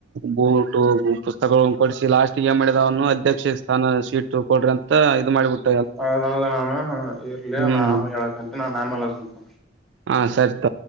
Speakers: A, on the right; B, in the centre.
A: ಬೂಟು ಪುಸ್ತಕಗಳ ಕೊಡಸಿಸಿ ಲಾಸ್ಟ್ಗೆ ಮಿದವನು ಅಧ್ಯಕ್ಷ ಸ್ಥಾನ ಸೀಟ್ ಕೊಡ್ರಂತ ದು ಮಾಡಿಬಟ್ಟು
B: ಅೌದೌದು ನಾನು ಇರ್ಲಿ
A: ಹ್ಮ್
B: ನಾ ಆಮೆ ಹೇಳಕಂತ ನಾನ್ ಆಮ ಎಲ್ಲ ಸುಂತ
A: ಹಾ ಸರಿತ